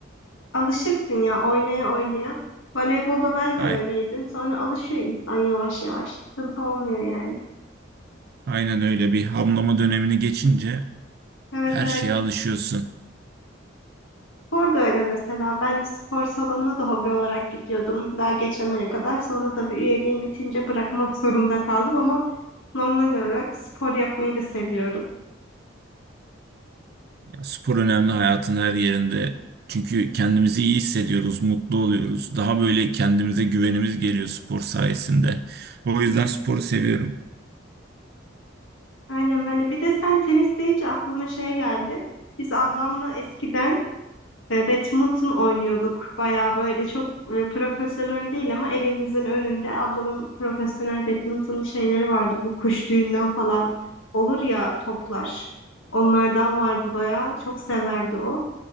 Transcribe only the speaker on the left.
Alışırsın ya oynaya oynaya. Voleybolda ben de
öyleydim. Sonra alışıyor insan yavaş yavaş. Sıkıntı olmuyor yani.
Evet
evet.
Spor da öyle mesela. Ben spor salonuna da hobi olarak gidiyordum. Daha geçen aya kadar. Sonra tabii üyeliğim bitince bırakmak zorunda kaldım ama normal olarak spor yapmayı da seviyorum.
Aynen ben de. Bir de sen tenis deyince aklıma şey geldi. Biz ablamla eskiden E, badminton oynuyorduk. Baya böyle çok e, profesyonel değil ama evimizin önünde ablamın profesyonel badminton şeyleri vardı. Bu kuş düğünden falan olur ya toplar. Onlardan vardı baya. Çok severdi o.